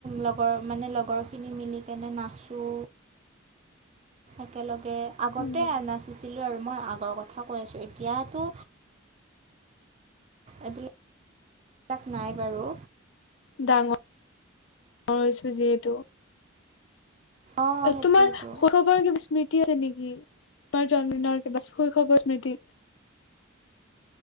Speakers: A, on the right; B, on the left.
A: লগৰ মানে লগৰখিনি মিলিকনে নাচোঁ। একেলগে আগতে
B: উম
A: নাচিছিলো আৰু মই আগৰ কথা কৈ আছোঁ এতিয়াতো এই বেলি এইবিলাক নাই বাৰু
B: ডাঙৰ হৈছো যিহেতু
A: অঁ
B: এ
A: সেইটোৱেতো
B: তোমাৰ শৌশৱৰ কিবা স্মৃতি আছে নেকি তোমাৰ জন্ম দিনৰ কিবা শৈশৱৰ স্মৃতি